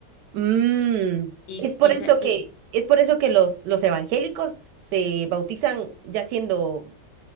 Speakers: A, on the right; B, on the left.
A: Mm,
B: Y,
A: es
B: s-
A: por
B: y,
A: eso
B: sa- y
A: que, es por eso que los, los evangélicos se bautizan ya siendo,